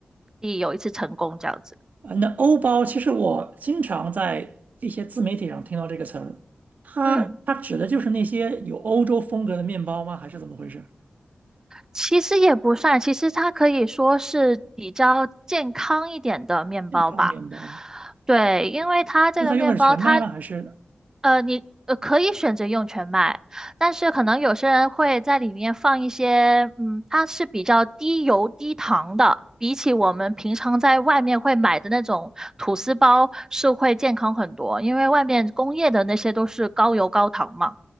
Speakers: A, on the right; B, on the right.
A: 以有一次成功这样子。
B: 呃，那欧包其实我经常在一些自媒体上听到这个词儿，它它指的就是那些有欧洲风格的面包吗？
A: 嗯，
B: 还是怎么回事？
A: 其实也不算，其实它可以说是比较健康一点的面包吧。
B: 干面包？
A: 对，因为它这个面包它
B: 那它用的是全麦吗？还是？
A: 呃，你呃可以选择用全麦，但是可能有些人会在里面放一些，嗯，它是比较低油低糖的，比起我们平常在外面会买的那种吐司包是会健康很多，因为外面工业的那些都是高油高糖嘛。